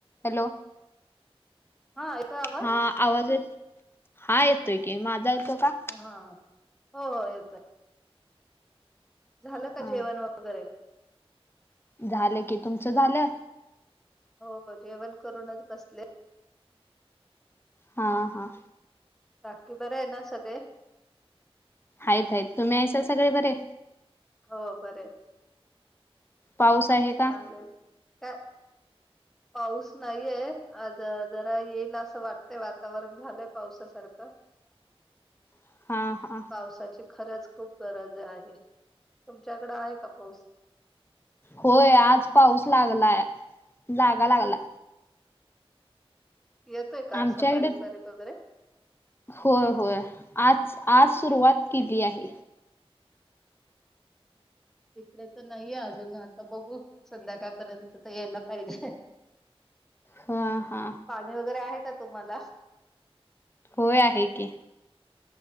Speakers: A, on the left; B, in the centre.
A: Hello.
B: हा येतोय आवाज
A: हा. आवाज येतोय? हा येतोय की माझा येतो का?
B: हा. हो येतोय. झालं
A: हा
B: का जेवण वगैरे?
A: झालं की. तुमचं झालं?
B: हो. म जेवण करूनच बसले.
A: हा हा.
B: बाकी बरं आहे ना सगळे?
A: आहेत आहेत. तुम्ही यायशल सगळे बरे?
B: हो. बरय.
A: पाऊस आहे. का
B: चालेल. काय? पाऊस नाहीये. आज जरा येईल असं वाटतंय, वातावरण झालंय पावसासारखं.
A: <inaudible> हा
B: पावसाची खरच खूप गरज आहे. तुमच्याकडे आहे का पाऊस?
A: होय आज पाऊस लागलाय. जागा लागला.
B: येतोय का
A: आमच्याकडे
B: असा बारीक बारीक वगैरे?
A: होय होय. आज आज सुरुवात केली आहे.
B: इकडे तर नाहीये अजून आता बघू संध्याकाळपर्यंत तर यायला पाहिजे.
A: हा हा.
B: पाणी वगैरे आहे का तुम्हाला?
A: होय आहे की.